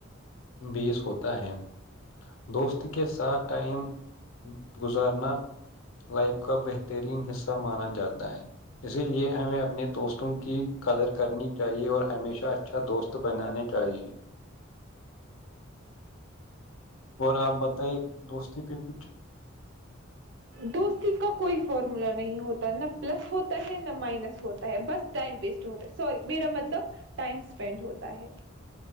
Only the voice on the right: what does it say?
دوستی کا کوئی فارمولا نہیں ہوتا نا پلس ہوتا ہے نہ مائنس ہوتا ہے بس ٹائم ویسٹ ہوتا ہے سوری میرا مطلب ٹائم اسپینڈ ہوتا ہے